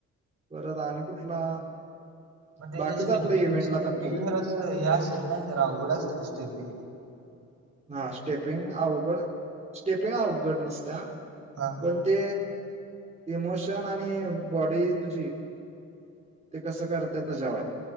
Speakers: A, on the right; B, on the right.
A: परत आणि कुठला
B: मग त्याच्या
A: बाकीच
B: स्टेपिंग
A: आपल्या इव्हेंटला
B: स्टेपिंग
A: पण केलंय
B: जरा असं हे असेल ना जरा अवघड असतील ना स्टेपिंग?
A: हा स्टेपिंग अवघड स्टेपिंग अवघड नसत्या
B: हा
A: पण ते इमोशन आणि बॉडी तुझी ते कसं करतय तेज्यावर हाय.